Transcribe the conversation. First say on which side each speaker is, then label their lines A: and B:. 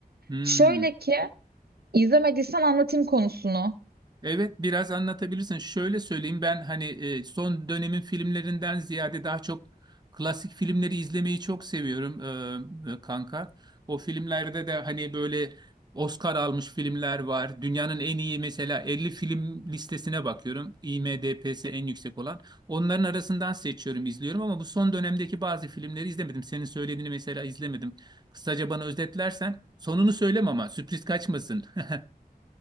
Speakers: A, on the right; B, on the right.
A: Hmm.
B: Şöyle ki izlemediysen anlatayım konusunu.
A: Evet, biraz anlatabilirsin. Şöyle söyleyeyim ben hani e, son dönemin filmlerinden ziyade daha çok klasik filmleri izlemeyi çok seviyorum e, e, kanka. O filmlerde de hani böyle Oscar almış filmler var. Dünyanın en iyi mesela 50 film listesine bakıyorum. IMDb'si en yüksek olan. Onların arasından seçiyorum, izliyorum ama bu son dönemdeki bazı filmleri izlemedim. Senin söylediğini mesela izlemedim. Kısaca bana özetlersen sonunu söyleme ama sürpriz kaçmasın. <laughs>